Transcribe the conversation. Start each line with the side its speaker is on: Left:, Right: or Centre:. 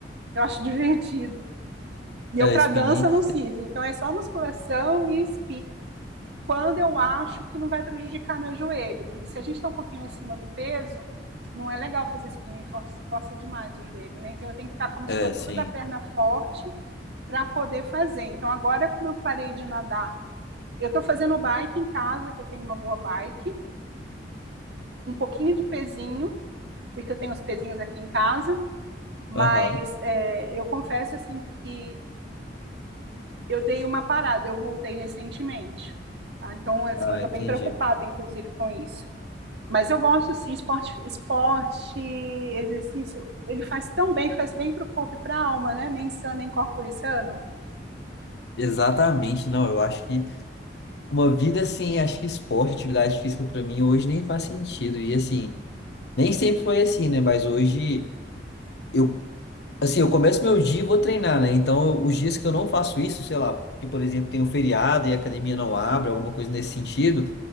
Right: eu acho <laughs> divertido. E eu
Left: É,
Right: para
Left: spinning.
Right: dança não sirvo, então é só musculação e spinning. Quando eu acho que não vai prejudicar meu joelho, porque se a gente está um pouquinho acima do peso, não é legal fazer spinning, força, força demais o joelho, né? Então eu tenho que estar com a musculatura
Left: É, sim.
Right: da perna forte para poder fazer. Então agora como eu parei de nadar, eu estou fazendo bike em casa, que eu tenho uma boa bike, um pouquinho de pezinho porque eu tenho os pezinhos aqui em casa, mas
Left: Aham.
Right: é, eu confesso assim que eu dei uma parada, eu voltei recentemente. Tá? Então, assim,
Left: Ah,
Right: eu estou
Left: entendi.
Right: bem preocupada, inclusive, com isso. Mas eu gosto, sim, esporte, esporte, exercício, ele faz tão bem, faz bem para o corpo e para a alma, né? Mensana em corpore sano.
Left: Exatamente, não. Eu acho que. Uma vida assim, acho que esporte, atividade física pra mim hoje nem faz sentido. E assim, nem sempre foi assim, né? Mas hoje eu, assim, eu começo meu dia e vou treinar, né? Então, os dias que eu não faço isso, sei lá, que por exemplo tem um feriado e a academia não abre, alguma coisa nesse sentido,